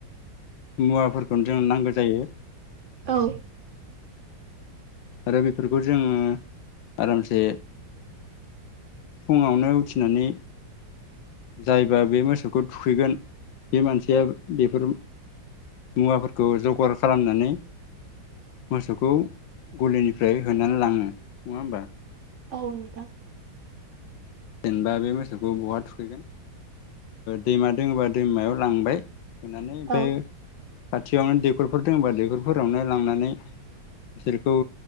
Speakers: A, on the left; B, on the right.
A: मुवाफोरखौनो जों नांगौ जायो।
B: औ।
A: आरो बेफोरखौ जोंङो आरामसे। फुंङावनो उथिनानै जायबा बे मोसौखौ थुखैगोन बे मानसिया बेफोर मुवाफोरखौ जगार खालामनानै मोसौखौ गलिनिफ्राय होनानै लाङो नङा होमबा।
B: औ‌नोंथां।
A: जेनेबा बे मोसौखौ बहा थुखैगोन दैमा दोंङोबा दैमायाव लांबाय। <unintelligible>
B: औ
A: खाथियावनो दैखरफोर दंङबा दैखरफोरावनो लांनानै बिसोरखौ